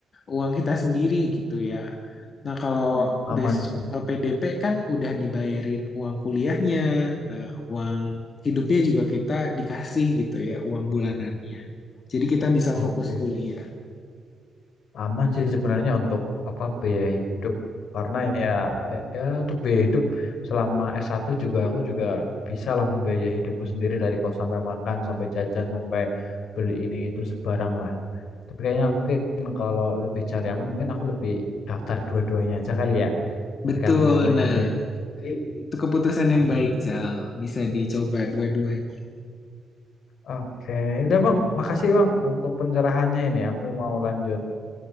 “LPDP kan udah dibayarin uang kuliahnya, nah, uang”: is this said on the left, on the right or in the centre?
Left